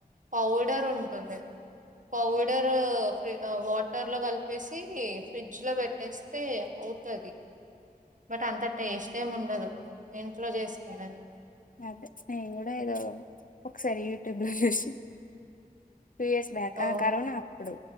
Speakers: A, on the right; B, on the left.
A: పౌడర్ ఉంటుంది పౌడర్ ఫ్రి వాట్ వాటర్ లో కలిపేసి ఫ్రిడ్జ్ లో పెట్టేస్తే అవుతది బట్ అంత టేస్ట్ ఏమి ఉండదు ఇంట్లో చేసుకునేది
B: అదే నేను కూడా ఏదో ఒకసారి యూట్యూబ్ లో చూసి టూ ఇయర్స్ బ్యాక్
A: ఓ
B: ఆ కరోన టుడు